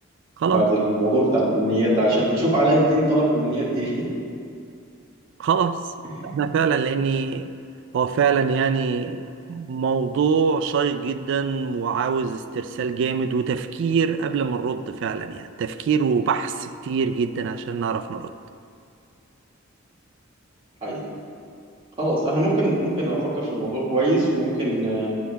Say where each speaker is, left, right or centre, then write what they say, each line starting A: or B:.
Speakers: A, on the right; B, on the right.
A: خلاص
B: بعد الموضوع بتاع الامنيات ده عشان نشوف علاء الدين طلب امنيات ايه
A: خلاص
B: <laughs>
A: احنا فعلا لأني هو فعلا يعني موضوع شيق جدا وعاوز استرسال جامد وتفكير قبل ما نرد فعلا يعني تفكير وبحث كتير جدا عشان نعرف نرد
B: حقيقي خلاص احنا ممكن ممكن افكر في الموضوع كويس وممكن آه،